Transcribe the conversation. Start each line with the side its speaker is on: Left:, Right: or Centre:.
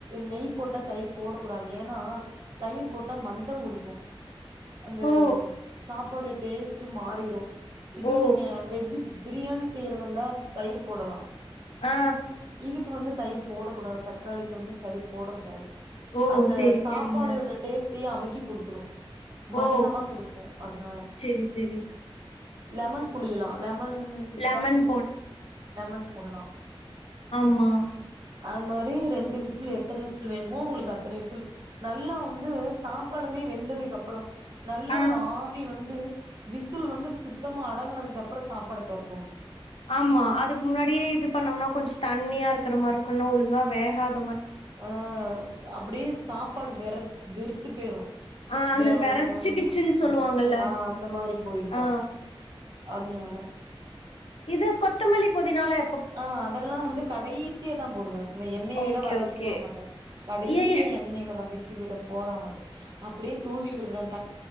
Right: நெய் போட்டா தயிர் போட கூடாது ஏன்னா தயிர் போட்டா மந்த குடுக்கு அந்த
Left: ஓ
Right: சாப் கோடு டேஸ்ட்டு மாறிரு இதே
Left: ஓ
Right: நீங்க வெஜ்ஜ் பிரியாணி செய்றலந்தா தயிர் போடலா
Left: ஆ
Right: இதுக்கு வந்து தயிர் போடக்கூடாது த தக்காளிக் வந்து தயிர் போடக்கூடாது
Left: ஓ
Right: அந்த
Left: செரி
Right: சாப்பாடோட
Left: செரிங்க
Right: டேஸ்டே அமிக் கி கொடுத்ரு மந்தமா
Left: ஓ
Right: குடுப்போ அதனால
Left: செரி செரி
Right: லெமன் புளியலா லெம மன் இருந்தா
Left: லெமன்
Right: புழிஞ்சிக்கலா லெமன் போட்லா
Left: ஆம்மா
Right: அது மாரி ரெண்டு விசில் எத்தன விசில் வேணுமோ உங்களுக்கு அத்தன விசில் நல்லா வந்து சாப்பாடுமே வெந்ததுக்கு அப்றொ நல்ல
Left: ஆ
Right: ஆவி வந்து விசில் வந்து சுத்தமா அடங்குனதுக்கு அப்புறொ சாப்பாடு தொறக்கணு
Left: ஆமா அதுக்கு முன்னாடியே இது பண்ணோம்னா கொஞ்சொ தண்ணியா இருக்கற மாரி இருக்கும் இல்லன்னா ஒலுங்கா வேகாது
Right: ஆ அப்டே சாப்பாடு வெறச் வெறுத்து போய்ரு
Left: ஆ அந்த
Right: வேற
Left: வெரச்சுகிச்சுன்னு சொல்லுவாங்கல்ல
Right: வெறச்சமா ஆ அந்த மாரி போயிருக்கு
Left: ஆ
Right: அதனால
Left: இது கொத்தமல்லி பொதினாலா எப்
Right: ஆ அதெல்லா வந்து கடைசியா தா போடுவே இந்த எண்ணெயில
Left: ஓகே
Right: எல்லா வதக்கி
Left: ஓகே
Right: போட மாட்டே கடைசியா
Left: ஏ
Right: எண்ணெயில வதக்கி விடும் போட மாட்டே அப்டியே தூவி விடுவன்